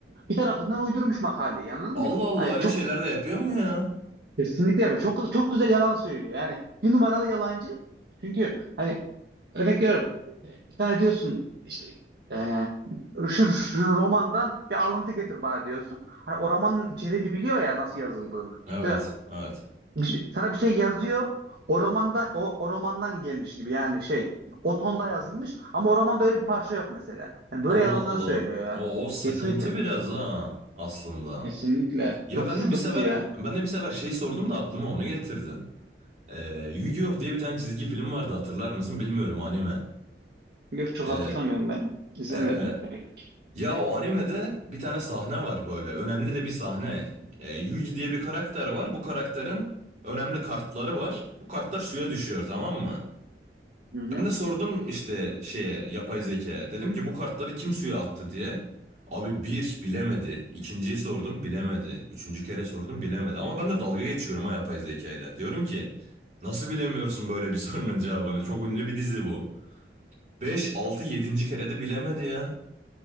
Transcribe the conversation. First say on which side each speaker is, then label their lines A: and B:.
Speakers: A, on the right; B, on the right.
A: Bir tarafından uydurmuş makaleyi anladın
B: Allah
A: mı?
B: Allah
A: Hani
B: öyle
A: çok
B: şeyler de yapıyor mu ya?
A: Kesinlikle yapıyor. Çok çok güzel yalan söylüyor. Yani bir numaralı yalancı. Çünkü hani örnek veriyorum e, bir tane diyorsun işte e, şu, şu romandan bir alıntı getir bana diyorsun. Hani o romanın içeriğini biliyor ya nasıl yazıldığını.
B: Evet.
A: Mesela
B: Evet.
A: bir şey- sana bir şey yazıyor. O romandan o, o romandan gelmiş gibi yani şey o tonda yazılmış ama o romanda öyle bir parça yok mesela. Yani böyle
B: Allah
A: yalanlar
B: Allah.
A: söylüyor ya.
B: O, o sıkıntı
A: Kesinlikle.
B: biraz ha aslında.
A: Kesinlikle.
B: Ya
A: Çok
B: ben
A: sıkıntı
B: de bir sefer
A: ya.
B: ben de bir sefer şey sordum da aklıma onu getirdin. Ee, Yu-Gi-Oh diye bir tane çizgi film vardı hatırlar mısın bilmiyorum anime.
A: Yok çok
B: Ee,
A: hatırlamıyorum ben. izlemiyordum
B: e,
A: pek.
B: ya o animede bir tane sahne var böyle önemli de bir sahne. Ee, Yugi diye bir karakter var bu karakterin önemli kartları var. Bu kartlar suya düşüyor tamam mı?
A: Hı hı.
B: Ben de sordum işte şeye yapay zeka. Dedim ki bu kartları kim suya attı diye. Abi bir bilemedi. İkinciyi sordum bilemedi. Üçüncü kere sordum bilemedi. Ama ben de dalga geçiyorum ha yapay zekayla. Diyorum ki nasıl bilemiyorsun böyle bir <laughs> sorunun cevabını? Çok ünlü bir dizi bu. beş 6 yedinci kere de bilemedi ya.